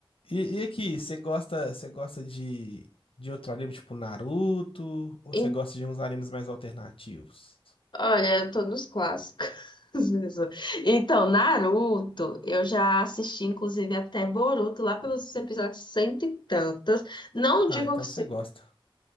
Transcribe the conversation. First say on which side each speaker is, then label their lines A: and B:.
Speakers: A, on the left (about 80°); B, on the left (about 55°).
A: E, e aqui, você gosta, você gosta de, de outro anime tipo Naruto? Ou
B: E,
A: você gosta de uns animes mais alternativos?
B: olha, eu tô nos clássicos. <laughs> Jesus. Então, Naruto, eu já assisti, inclusive, até Boruto, lá pelos episódios cento e tantos. Não digo
A: Ah, então
B: que,
A: você gosta.